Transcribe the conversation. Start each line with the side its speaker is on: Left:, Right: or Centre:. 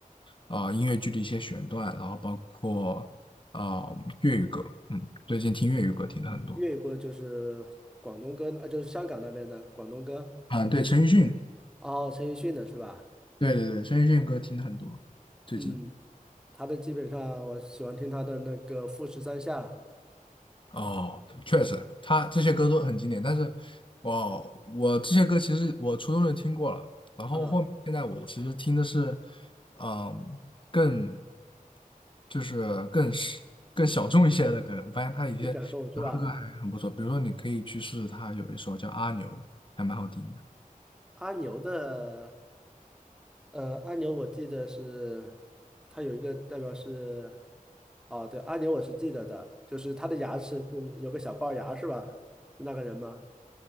Left: 啊、呃音乐剧的一些选段，然后包括啊、呃粤语歌。嗯，最近听粤语歌听的很多。
Centre: 粤语歌就是广东歌，呃，就是香港那边的广东歌。
Left: 啊，对，陈奕迅，
Centre: 哦，陈奕迅的是吧？
Left: 对对对，陈奕迅歌听的很多，最近。
Centre: 嗯，他的基本上我喜欢听他的那个《富士山下》
Left: 哦，确实，他这些歌都很经典，但是我我这些歌其实我初中就听过了，然后后面现在我其实听的是，
Centre: 啊，
Left: 嗯，更就是更是更小众一些的歌，我发现他一些原
Centre: 《月享受》是吧？
Left: 唱歌还很不错，比如说你可以去试试他有一首叫《阿牛》，还蛮好听的，
Centre: 阿牛的，呃，阿牛我记得是它有一个代表是，哦，对，阿牛我是记得的，就是他的牙齿就是有个小龅牙是吧？是那个人吗？